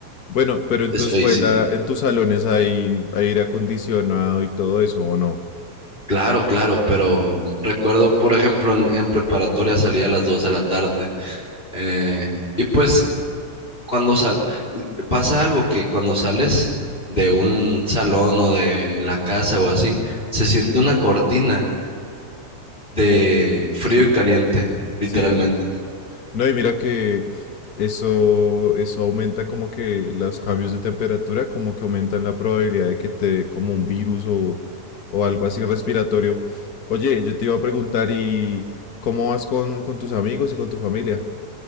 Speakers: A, on the left (about 70°); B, on the left (about 15°).
A: Bueno, pero en
B: Es
A: tu escuela,
B: feísimo.
A: en tus salones hay aire acondicionado y todo eso, ¿o no?
B: Claro, claro, pero recuerdo, por ejemplo, en, en preparatoria salía a las 2 de la tarde. eh, y pues cuando sal, pasa algo que cuando sales de un salón o de la casa o así, se siente una cortina de
A: Sí,
B: frío
A: Sí,
B: y caliente, literalmente.
A: Sí, es No, y mira que eso, eso aumenta como que los cambios de temperatura, como que aumentan la probabilidad de que te dé como un virus o, o algo así respiratorio. Oye, yo te iba a preguntar, ¿y cómo vas con, con tus amigos y con tu familia?